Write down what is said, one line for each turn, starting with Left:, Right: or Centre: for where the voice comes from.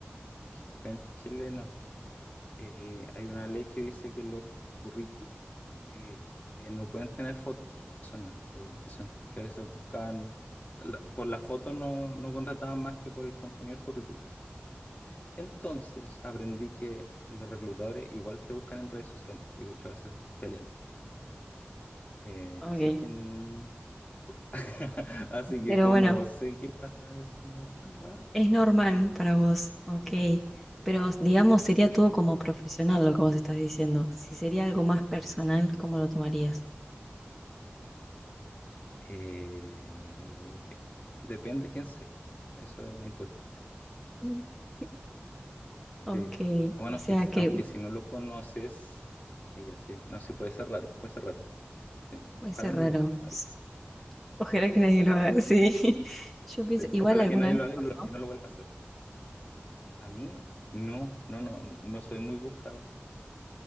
Left: porque acá en Chile no eh, hay una ley que dice que los currículum eh, eh, no pueden tener fotos de personas por una nación, que a veces buscaban, la- por la foto no, no contrataban más que por el contenido del currículum. Entonces aprendí que los reclutadores igual te buscan en redes sociales y de hecho a veces te leen. Eh,
Centre: Ok.
Left: así que, en- co- <laughs> así que
Centre: Pero
Left: como
Centre: bueno,
Left: sé que pasa eso, no es tan raro.
Centre: es normal para vos. Ok. Pero digamos, sería todo como profesional lo que vos estás diciendo. Si sería algo más personal, ¿cómo lo tomarías?
Left: Eh, depende quién sea. Eso es importante.
Centre: <laughs> Ok,
Left: Sí. Bueno,
Centre: o sea
Left: que s-
Centre: que
Left: aunque si no lo conoces, ella sí. No, sí, puede ser raro, puede ser raro. Sí.
Centre: puede
Left: Ojalá
Centre: ser
Left: no
Centre: raro.
Left: lo haga nadie.
Centre: S- Ojalá
Left: Sí.
Centre: que nadie lo haga, sí. <laughs> Yo pienso,
Left: Sí.
Centre: igual
Left: Ojalá
Centre: alguna
Left: que nadie
Centre: vez
Left: lo
Centre: te
Left: haga
Centre: pasó.
Left: y, lo- y no lo vuelva a hacer. A mí, no, no, no, no soy muy buscado